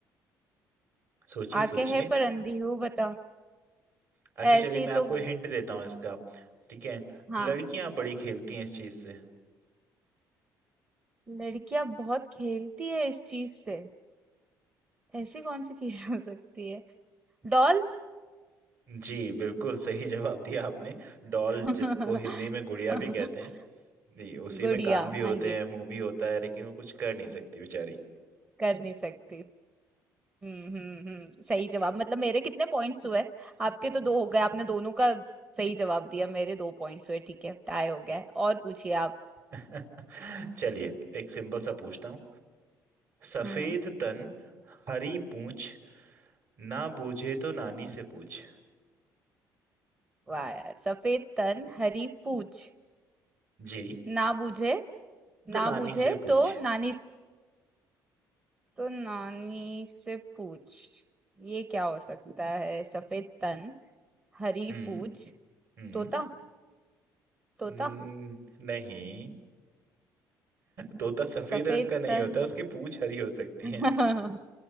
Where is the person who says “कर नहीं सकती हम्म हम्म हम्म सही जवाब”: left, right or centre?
Right